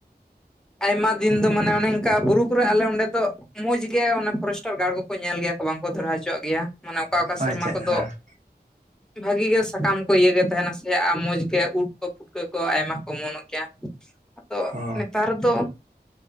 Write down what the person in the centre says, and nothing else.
ᱟᱭᱢᱟ ᱫᱤᱱ ᱫᱚ ᱢᱟᱱᱮ ᱚᱱᱮ ᱚᱱᱠᱟ ᱵᱩᱨᱩ ᱠᱚᱨᱮ ᱟᱞᱮ ᱚᱸᱰᱮ ᱫᱚ ᱢᱚᱸᱡᱽ ᱜᱮ ᱚᱱᱮ ᱯᱷᱚᱨᱮᱥᱴᱟᱨ ᱜᱟᱲ ᱠᱚᱠᱚ ᱧᱮᱞ ᱜᱮᱭᱟ ᱵᱟᱝᱠᱚ ᱫᱷᱚᱨᱟᱣ ᱦᱚᱪᱚᱣᱟᱜ ᱜᱮᱭᱟ ᱢᱟᱱᱮ ᱚᱠᱟ ᱚᱠᱟ ᱥᱮᱨᱢᱟ
ᱠᱚᱫᱚ
ᱵᱷᱟᱹᱜᱤ ᱜᱮ ᱥᱟᱠᱟᱢ ᱠᱚ ᱤᱭᱟᱹᱟᱹᱜᱮ ᱛᱟᱦᱮᱱᱟ ᱥᱮ ᱟᱨ ᱢᱚᱸᱡᱽ ᱜᱮ ᱩᱴ ᱠᱚ ᱯᱩᱴᱠᱟᱹ ᱠᱚ ᱟᱭᱢᱟ ᱠᱚ ᱚᱢᱚᱱᱚ ᱜᱮᱭᱟ ᱟᱫᱚ
ᱱᱮᱛᱟᱨ ᱫᱚ